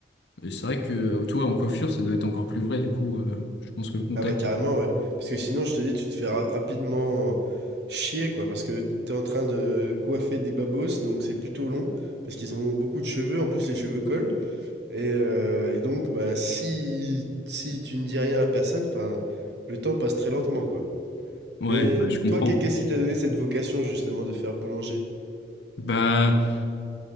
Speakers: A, on the left (about 70°); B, on the right (about 65°).
A: et c'est vrai que euh, toi en coiffure ça doit être encore plus vrai du coup. euh, je pense que le contact.
B: Ah bah carrément, ouais. Parce que sinon, je te dis, tu te fais ra- rapidement chier, quoi. Parce que t'es en train de coiffer des babos, donc c'est plutôt long. Parce qu'ils ont beaucoup de cheveux, en plus les cheveux collent. Et, euh, et donc, bah si, si tu ne dis rien à la personne, enfin, le temps passe très lentement, quoi.
A: Ouais,
B: Mais
A: bah, je comprends.
B: toi, qu'est- qu'est-ce qui t'a donné cette vocation, justement, de faire boulanger?
A: Bah